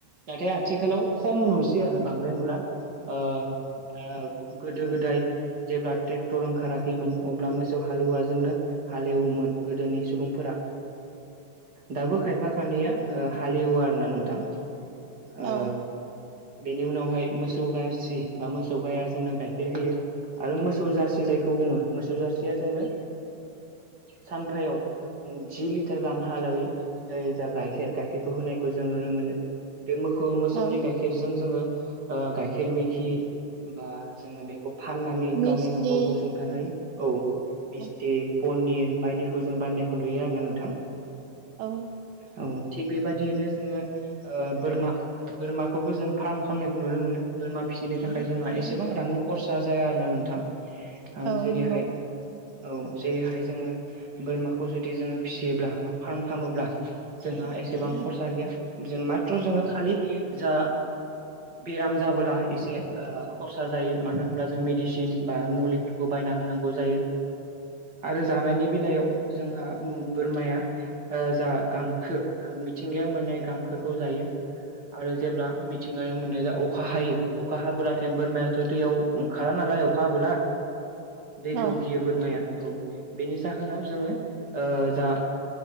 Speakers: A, on the right (about 30°); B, on the right (about 75°).
A: नाथाय आथिखालाव खम नुसै आरो बांद्राय नुला ओ ओ गोदो गोदाय जेब्ला ट्रेक्टर ओंखारा खैमोन अब्ला मोसौ हालुवाजोंनो हाल एवोमोन गोदोनि सुबुंफोरा दाबो खायफा खानिया हाल एवो आरोना नोंथां ओ
B: औ
A: बेनि उनावहाय मोसौ जारसि बा मोसौ गाया जोंनो गाइखेर होयो आरो मोसौ जारसि जाय बेखौ बुङो मोसौ जासिया जोंनो सानफायाव जि लिटार गाहामहालागै जा गाइखेर गायखेरखौ होनायखौ जों नुनो मोनो बे मोसौ मोसौनि
B: औ
A: गाइखेरजों जोङो गाइखेर मिखि बा जोङो बेखौ फाननानै
B: मिस्थि
A: गावनि न'खरखौ सुंथानाय औ मिस्थि
B: औ
A: पनिर बायदिखौ जों बान्नायखौ नुयो आरो ना नोंथां
B: औ
A: औ थिग बेबादियैनो जोङो बोरमा बोरमाखौबो जों फार्म खालामनायखौ नुनो मोनो बोरमा फिसिनो थाखाय जोंहा एसेबां रांनि खरसा जाया आरो ना नोंथां आं
B: औ
A: जेरैहाय
B: नंगौ
A: औ जेरैहाय जोङो बोरमाखौ जुदि जोङो फिसियोब्ला बा फार्म खालामोब्ला जोंहा एसेबां खरसा गैया जों माथ्र जोङो खालि जा बेराम जाबोला एसे खरसा जायो मानो होनब्ला जों मेदिसिन बा मुलिफोरखौ बायना होनांगौ जायो आरो जानायनि बेलायाव जोंहा बोरमाया जा गांखो मिथिंगाया मोननाय गांखोखौ जायो। आरो जेब्ला मिथिंगायाव मोननाय ज अखा हायो अखा हाब्लाथाय बोरमायाथ दैयाव ओंखारा नालाय अखाबोला दैखौ
B: औ
A: गियो बोरमाया औ बेनि जाहोनाव जोङो जा